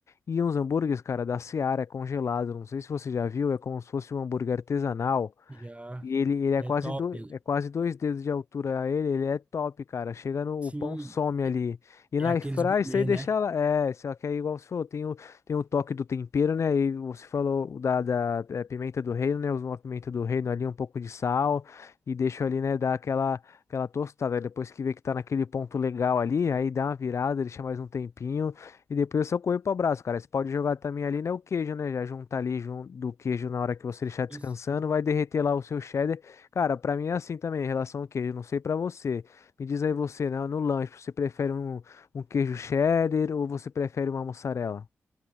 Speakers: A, on the left; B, on the right.
A: E uns hambúrgueres, cara, da Seara, é congelado, não sei se você já viu, é como se fosse um hambúrguer artesanal,
B: Já
A: e ele, ele é
B: é
A: quase
B: top.
A: do, é quase dois dedos de altura a ele, ele é top, cara. Chega no,
B: Sim,
A: o pão some ali. E
B: é
A: na
B: aqueles
A: airfryer,
B: gourmet,
A: isso aí deixa
B: né?
A: ela, é, só que é igual você falou, tem o, tem o toque do tempero, né? E você falou da, da é, pimenta do reino, né? Usa uma pimenta do reino ali, um pouco de sal e deixa ali, né, dá aquela aquela tostada. Depois que vê que tá naquele ponto legal ali, aí dá uma virada, deixa mais um tempinho. E depois eu só correr pro braço, cara. Você pode jogar também ali, né, o queijo, né? Já juntar ali junto do queijo na hora que você
B: Sim,
A: deixar descansando,
B: sim.
A: vai derreter lá o seu cheddar. Cara, pra mim é assim também, em relação ao queijo. Não sei pra você. Me diz aí você, né, no lanche, você prefere um, um queijo cheddar ou você prefere uma mussarela?